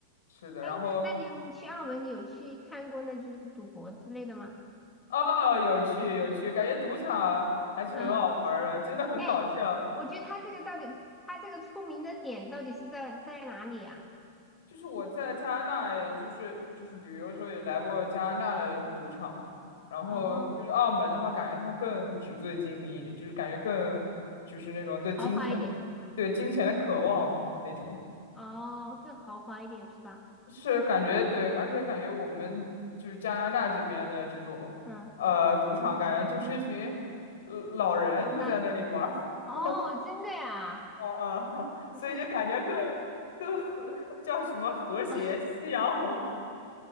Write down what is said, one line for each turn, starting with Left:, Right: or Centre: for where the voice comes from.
Left: 是的，
Centre: 哎，
Left: 然后
Centre: 那那你你去澳门，你有去看过那就是赌博之类的吗？
Left: 哦，有趣有趣，感觉赌场还是很好玩儿的，
Centre: 嗯，
Left: 真的很搞笑。
Centre: 哎，我觉得他这个到底，他这个出名的点到底是在在哪里啊？
Left: 就是我在加拿大，也就是就是旅游的时候也来过加拿大的赌场嘛。然后就是澳门的话，
Centre: 哦，
Left: 感觉它更纸醉金迷一点，就是感觉更就是那种对金钱、
Centre: 豪华一点，
Left: 对金钱的渴望啊那种。
Centre: 哦，更豪华一点是吧？
Left: 是感觉对，而且感觉我们就是加拿大这边的这种呃赌场，
Centre: 嗯，
Left: 感觉就是一群呃老人都在那里玩儿，
Centre: 那哦，
Left: <laughs>
Centre: 真的呀，
Left: 啊啊，所以就感觉更更和叫什么和谐夕阳红。
Centre: 就是 <laughs>